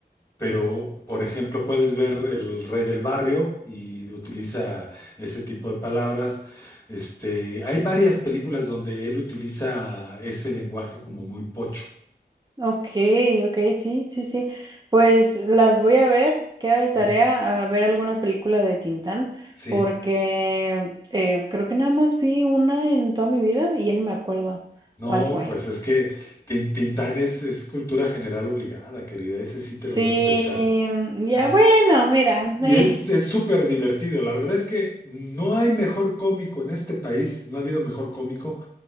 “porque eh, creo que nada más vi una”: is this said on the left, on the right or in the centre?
Right